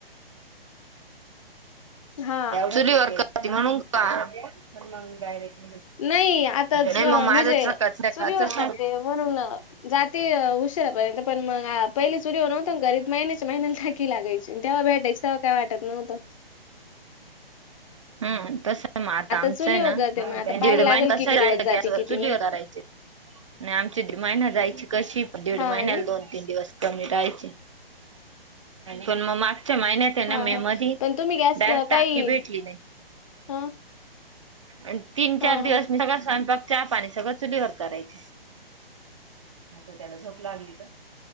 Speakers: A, on the left; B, on the right.
A: हा
B: चुलीवर कर म्हणून का, पण मग डायरेक्ट
A: नाही आताच
B: नाय म माझं
A: म्हणजे
B: चका- चकाचेच
A: चुलीवर करते
B: हाय.
A: म्हणून जाते उशिरा पर्यंत पण मग पहिली चुली बनवता घरी महिन्याच्या महिन्याला टाकी लागयची तेव्हा भेटायची तेव्हा काय वाटत नव्हतं.
B: हम् तसा म -आता आमचं
A: चुलीवर
B: हाय
A: करते मग आता
B: ना
A: पाहायला
B: दीड
A: लागेल
B: माहिना कस
A: किती
B: जाईचा
A: दिवस जाते
B: गॅसवर
A: किती
B: चुलीवर
A: नाही
B: करायचे. नाय आमची महिना जायची कशी दीड
A: हा
B: महिन्याला
A: ना
B: दोन तीन दिवस कमी रायची पण म -मागच्या महिन्यात त्यांना
A: हा
B: मे
A: हा
B: मधी
A: पण तुम्ही गॅस
B: डायरेक्ट
A: काही
B: टाकी भेटली नाय.
A: हा
B: आणि तीन चार
A: हा
B: दिवस मी सगळ स्वयंपाक चहा पाणी सगळं चुलीवर करायची. आता त्याला झोप लागली का?